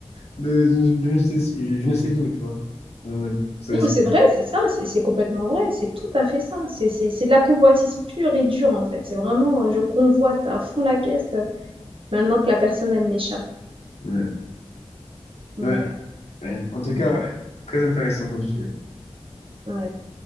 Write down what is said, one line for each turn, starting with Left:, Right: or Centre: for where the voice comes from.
Left: de, de- de- je, sais- je- je ne sais d'où, tu vois. Ah ouais, ça,
Right: Non,
Left: c'est-
Right: mais c'est vrai, c'est ça, c'est c'est complètement vrai, c'est tout à fait ça. C'est c'est- c'est de la convoitise pure et dure, en fait. C'est vraiment, euh, je convoite à fond la caisse. euh, Maintenant que la personne, elle m'échappe.
Left: ouais,
Right: Ouais,
Left: ouais,
Right: ouais.
Left: ouais. En tout cas,
Right: Donc,
Left: ouais, très intéressant comme sujet.
Right: ouais.